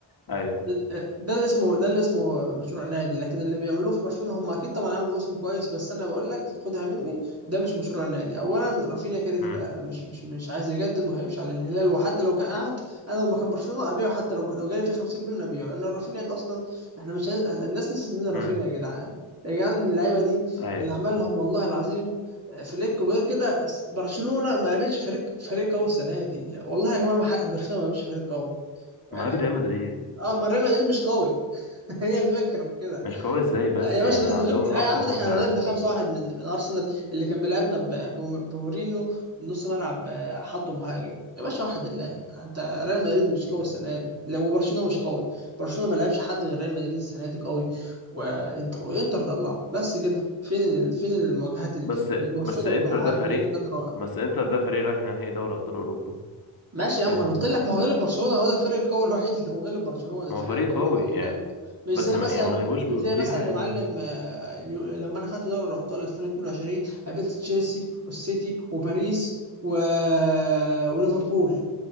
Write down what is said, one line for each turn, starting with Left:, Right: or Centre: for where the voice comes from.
Left: ايوه
Right: ده ده اللي اسمه ده اللي اسمه مشروع نادي لكن اللي بيعملوه في برشلونة هم اكيد طبعا عملوا موسم كويس بس انا بقول لك خدها مني ده مش مشروع نادي اولا رافينيا كده كده
Left: امم
Right: مش مش مش عايز يجدد وهيمشي على الهلال وحتى لو كان قعد انا لما كان برشلونة ابيعه حتى لو لو جالي فيه 50 مليون ابيعه لان رافينيا ده اصلا احنا مش عايز- الناس نسيت مين رافينيا
Left: امم
Right: يا جدعان يا جدعان اللعيبه دي
Left: ايوه
Right: اللي عملهم والله العظيم فليك وغير كده برشلونة ما قابلش فريق فريق قوي السنه دي والله يا جماعه ما حق- برشلونة ما قابلش فريق قوي يعني
Left: ما قبل ريال مدريد
Right: اه ما ريال مدريد مش قوي هي الفكرة في كده
Left: مش قوي ازاي بس
Right: يا باشا
Left: يعني
Right: ده
Left: عندهم
Right: اتغبنا
Left: اقوى
Right: يا عم
Left: هجوم
Right: ده احنا
Left: في العالم
Right: اتغبنا 5-1 من من ارسنال اللي كان بيلعبنا ب- ب- بمورينو نص ملعب آه، حطه مهاجم يا باشا وحد الله انت ريال مدريد مش قوي
Left: يعني.
Right: السنة دي لا وبرشلونة مش قوي برشلونة ما لعبش حد غير ريال مدريد السنة دي قوي وانتر وانتر طلعه بس كده فين ال- فين المواجهات اللي
Left: بس
Right: برشلونة
Left: بس انتر
Right: بع-
Left: ده فريق
Right: بجلد قدر
Left: بس انتر ده فريق رايح نهائي دوري ابطال اوروبا
Right: ماشي يا
Left: فاهمني
Right: عم انا قلت لك ما هو غلب برشلونه هو ده الفريق القوي الوحيد اللي وغلب برشلونه
Left: ما
Right: الفريق
Left: هو فريق
Right: القوي
Left: قوي
Right: الوحيد اللي
Left: يعني
Right: انت عملته مش
Left: بس
Right: زي
Left: ما
Right: مثلا
Left: يعني ما غلبوش
Right: مش
Left: بفضيحه
Right: زي مثلا
Left: يعني
Right: يا معلم آه، اليو- لما انا خدت دوري الابطال 2022 قابلت تشيلسي والسيتي وباريس و... آه، وليفربول